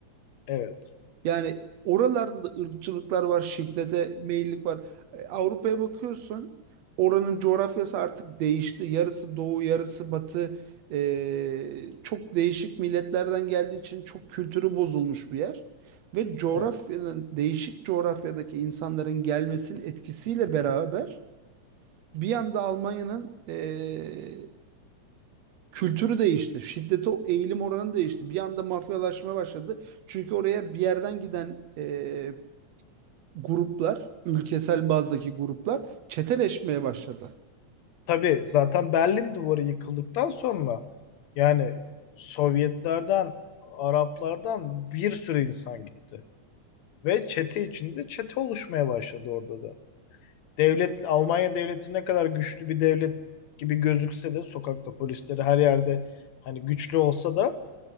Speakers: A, on the left (about 70°); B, on the right (about 70°).
A: evet,
B: Yani oralarda da ırkçılıklar var, şiddete meyillik var. E, Avrupa'ya bakıyorsun, oranın coğrafyası artık değişti. Yarısı doğu, yarısı batı. E, çok değişik milletlerden geldiği için çok kültürü bozulmuş bir yer. Ve coğrafyanın,
A: evet.
B: değişik coğrafyadaki insanların gelmesinin etkisiyle beraber bir anda Almanya'nın e, kültürü değişti. Şiddete o eğilim oranı değişti. Bir anda mafyalaşma başladı. Çünkü oraya bir yerden giden e, gruplar, ülkesel bazdaki gruplar çeteleşmeye başladı.
A: Tabii zaten Berlin Duvarı yıkıldıktan sonra yani Sovyetlerden, Araplardan bir sürü insan gitti. Ve çete içinde çete oluşmaya başladı orada da. Devlet, Almanya devleti ne kadar güçlü bir devlet gibi gözükse de sokakta polisleri her yerde hani güçlü olsa da